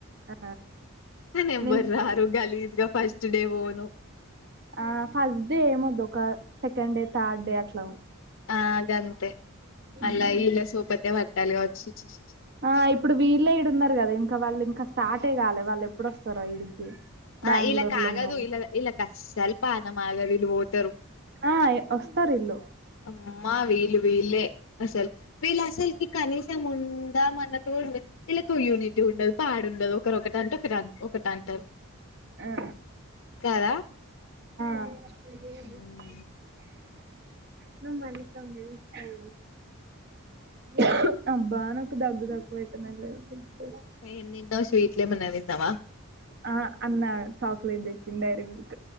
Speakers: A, on the right (about 50°); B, on the left (about 65°).
A: ఆ
B: నే నంబర్‌
A: నేను
B: ఆరు గలీజ్ గా ఫస్ట్ నీ వోను
A: ఆ ఫస్ట్ డే ఏమ్ వద్దు ఒక సెకండ్ డే థర్డ్ డే అట్ల వో
B: ఆ గంతే
A: ఉమ్
B: అళ్ళ ఇళ్ళ సూపతే పట్టాలి వచ్చుచ్చుచ్చు
A: ఆ ఇప్పుడు వీళ్ళే ఇడున్నారు కదా ఇంకా వాళ్ళు ఇంకా స్టాటే కాలే వాళ్ళు ఎప్పుడోస్తారో ఈడికి బెంగళూరు
B: ఆ ఇలా కాగదు
A: లో ఉన్నారు
B: ఇలాగాఇల్ అస్సలు పానం ఆగదు ఇల్ ఓతారు
A: ఆ య్ వస్తారు ఇల్లు
B: అమ్మా వీల్ వీల్లే అసలు వీల్ అస్సలు కీ కనీస ముందా మన వీళ్ళకు యూనిటీ ఉండదు పాడు ఉండదు ఒకరు ఒకటి అంటే ఒకరు ఒకటంటారు
A: ఆ
B: కాదా
A: అ <inaudible>
B: ఉమ్
A: నువ్ మల్లి తందే ఫైవ్ ఉఅబ్బా నాకుదగ్గు దగ్గువైతాంది అట్ల అని పిస్తా
B: ఏ నితో స్వీట్లే మన్నా విత్తావా
A: ఆ అన్న చాక్లెట్ తెచ్చిండ్యా ఈడికి